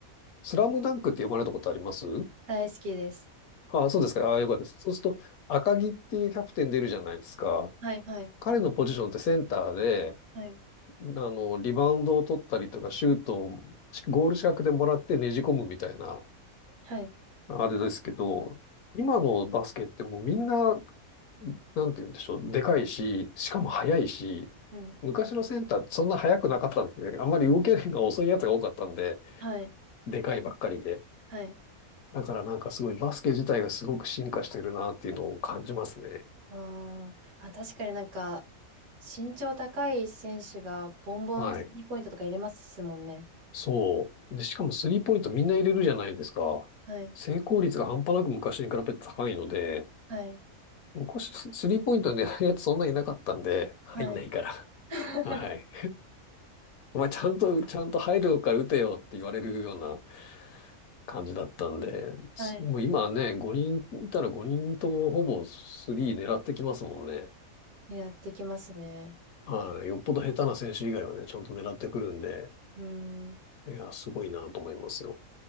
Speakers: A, on the left; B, on the right.
A: スラムダンクって読まれたことあります
B: 大好きです。
A: ああ、そうですか。ああ、よかったです。そうすると、赤木っていうキャプテン出るじゃないですか。
B: はい、はい、
A: 彼のポジションってセンターで、
B: はい、
A: あの、リバウンドを取ったりとか、シュートをゴール近くでもらってねじ込むみたいな、
B: はい。
A: あれですけど、今のバスケってもうみんな、なんて言うんでしょう、でかいし、しかも速いし、
B: うん、うん
A: 昔のセンターってそんな速くなかったんですね。あんまり動けるのが遅いやつが多かったんで、
B: はい、
A: でかいばっかりで。
B: はい。
A: だからなんかすごいバスケ自体がすごく進化してるなっていうのを感じますね。
B: あーあ、確かになんか、身長高い選手がボンボンスリーポイントとか入れますもんね。
A: はい。そう。で、しかもスリーポイントみんな入れるじゃないですか。
B: はい、
A: 成功率が半端なく昔に比べて高いので、
B: はい、
A: 昔、ススリーポイントの狙うやつそんなにいなかったんで、入んないから。
B: はい。<laughs>
A: <laughs> はい。お前ちゃんと、ちゃんと入るから打てよって言われるような感じだったんで、すもう今はね、
B: はい。
A: 5人いたら5人ともほぼスリー狙ってきますもんね。
B: やってきますね。
A: はい。よっぽど下手な選手以外はね、ちゃんと狙ってくるんで、
B: うん。
A: いや、すごいなと思いますよ。